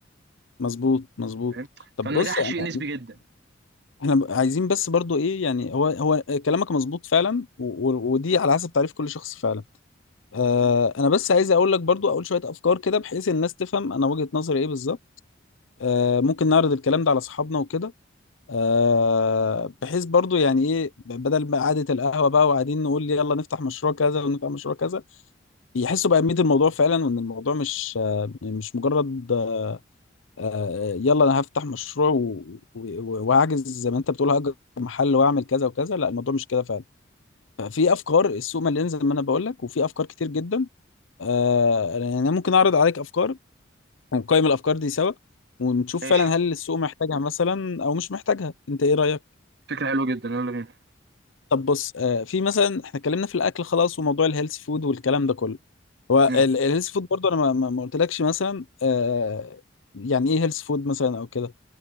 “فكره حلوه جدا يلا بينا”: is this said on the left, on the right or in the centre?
Right